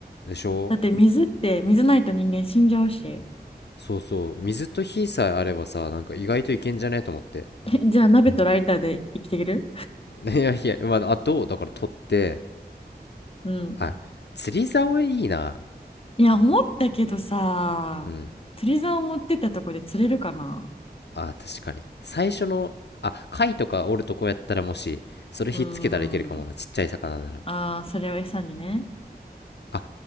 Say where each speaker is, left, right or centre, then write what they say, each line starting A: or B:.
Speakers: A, on the left; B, on the left.
A: でしょ
B: だって水って、水ないと人間死んじゃうし。
A: そうそう。水と火さえあればさ、なんか意外といけんじゃねと思って。
B: えじゃあ鍋とライターで生きていける
A: <laughs> いやいや、まあ、あと、だから取って、
B: うん。
A: あ、釣り竿いいな。
B: いや、思ったけどさ、
A: うん。
B: 釣り竿持ってったとこで釣れるかな
A: あ、確かに。最初の、あ、貝とかおるとこやったらもし、それひっつけたらいけるかもな。
B: うーん。
A: ちっちゃい魚なら。
B: ああ、それを餌にね。
A: あ、